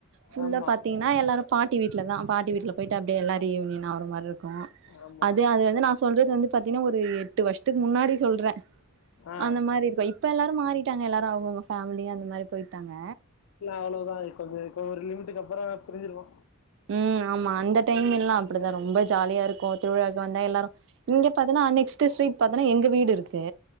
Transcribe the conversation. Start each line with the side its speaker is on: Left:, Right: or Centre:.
Right: ஃபுல்லா
Left: ஆமா
Right: பாத்தீங்னா எல்லாரு பாட்டி வீட்ல தா பாட்டி வீட்ல போய்ட்டு அப்டியே எல்லா ரீயூனியன் ஆவுர மார்ருக்கு
Left: ஆமா
Right: அது அது வந்து நா சொல்றது வந்து பாத்தீனா ஒரு எட்டு வர்ஷ த்துக்கு முன்னாடி சொல்ற
Left: ஆ
Right: அந்த மாரி இருக்கு இப்பெல்லா மாறிட்டாங்க எல்லாரு அவ்ங்கவ்ங்க ஃபேமிலி அந்த மாரி போய்ட்டாங்க
Left: அவ்ளோதானே கொஞ்ச இப்போ ஒரு லிமிட்டுக்கு அப்பற பிரிஞ்சிருவோ
Right: ம் ஆமா அந்த டைமெல்லா அப்டி தா ரொம்ப ஜாலியா இருக்கு திருவிழாவுக்கு வந்தா எல்லாரு இங்கே பாத்தனா நெக்ஸ்ட்டு ஸ்ட்ரீட் பாத்தனா எங்க வீடு இருக்கு